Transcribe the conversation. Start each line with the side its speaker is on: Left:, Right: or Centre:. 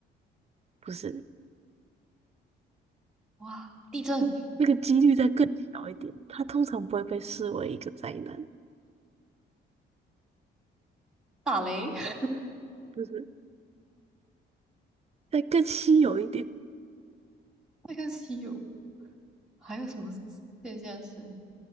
Right: 不是。
Centre: 哇，地震、
Right: 嗯，那个几率再更小一点，它通常不会被视为一个灾难，
Centre: 打雷，<laughs>
Right: 就是再更稀有一点。
Centre: 那更稀有。还有什么现象是